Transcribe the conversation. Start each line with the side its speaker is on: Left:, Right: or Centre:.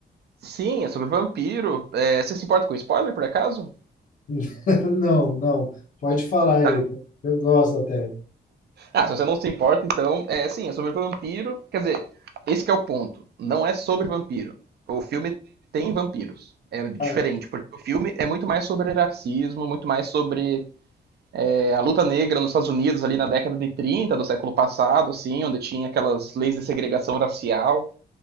Right: Sim, é sobre vampiro. É, você se importa com spoiler, por acaso?
Left: <laughs> Não, não, pode falar
Right: Tá.
Left: aí, eu gosto até.
Right: Ah, se você não se importa, então, é, sim, é sobre vampiro. Quer dizer, esse que é o ponto. Não é sobre vampiro. O filme tem vampiros. É diferente,
Left: Ah,
Right: porque o filme é muito mais sobre racismo, muito mais sobre É, a luta negra nos Estados Unidos ali na década de 30 do século passado, assim, onde tinha aquelas leis de segregação racial.